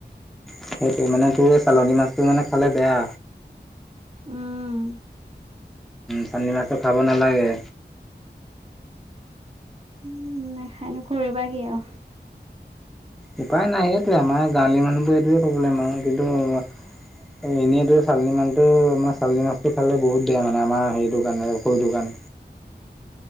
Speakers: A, in the centre; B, on the right (about 35°).
A: সেইটোৱেই, মানে তোৰ এই চালানী মাছটো মানে খালে বেয়া।
B: উম।
A: চালানী মাছটো খাব নালাগে।
B: উম, নাখাই নো কৰিবা কি আৰু।
A: উপায় নাই সেইটোৱেই আমাৰ গাঁৱলীয়া মানুহবোৰৰ এইটোৱে প্ৰব্লেম আৰু কিন্তু এনেইতো চালানী মানটো মানে চালনী মাছটো খালে বহুত বেয়া মানে আমাৰ হেৰিটোৰ কাৰণে শৰীৰটোৰ কাৰণে।
B: <inaudible>